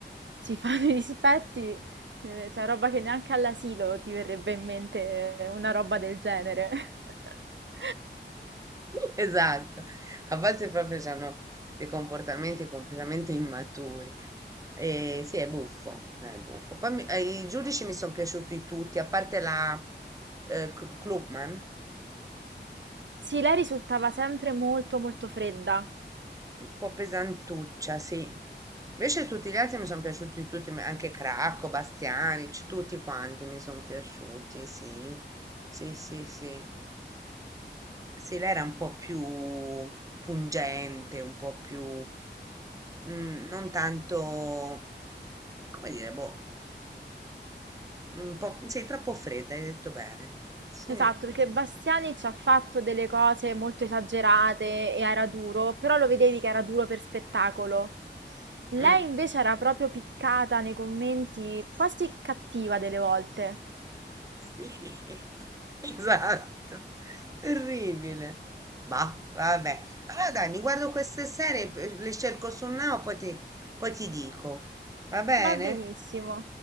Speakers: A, on the right; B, on the right.
A: si <laughs> fanno i dispetti, eh, cioè roba che neanche all'asilo ti verrebbe in mente eh, una roba del genere. <laughs>
B: <laughs> Esatto, a volte proprio hanno dei comportamenti completamente immaturi. E sì, è buffo, dai, è buffo. Poi mi- eh, i giudici mi sono piaciuti tutti, a parte la eh, Kl- Klugman,
A: Sì, lei risultava sempre molto molto fredda.
B: un po' pesantuccia, sì. Invece tutti gli altri mi sono piaciuti tutti, ma anche Cracco, Bastianic, tutti quanti mi sono piaciuti, sì. Sì, sì, sì. Sì, lei era un po' più pungente, un po' più... mm, non tanto, come dire, boh, un po', sei troppo fredda, hai detto bene. Sì,
A: Esatto, perché Bastiani ci ha fatto delle cose molto esagerate e era duro, però lo vedevi che era duro per spettacolo. Lei
B: mm,
A: invece era proprio piccata nei commenti, quasi cattiva delle volte.
B: sì, <laughs> esatto, terribile. Bah, vabbè. Allora dai, mi guardo queste serie, p- le cerco su Now, poi ti, poi ti dico. Va bene?
A: Va benissimo.